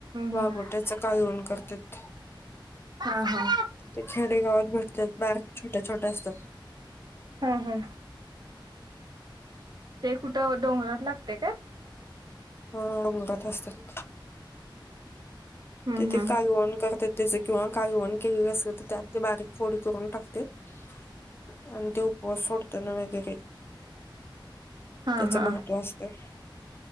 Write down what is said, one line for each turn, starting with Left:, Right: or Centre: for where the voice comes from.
Left: वागोट्याच
Right: हम्म
Left: कालवण करत्यात.
Right: हा हा
Left: ते खेडेगावात भेटतात बार छोट्या- छोट्या असत्यात.
Right: हा हा ते कुठं डोंगरात लागते काय
Left: हं डोंगरात आसतात
Right: हम्म
Left: ते ते
Right: हम्म
Left: कालवण करतात त्याच किंवा कालवण केलेलं असेल तर त्यात ते बारिक फोडी करून टाकतेत आणि ते उपवास सोडत ना वगैरे
Right: हा
Left: त्याच
Right: हा
Left: महत्त्व असतय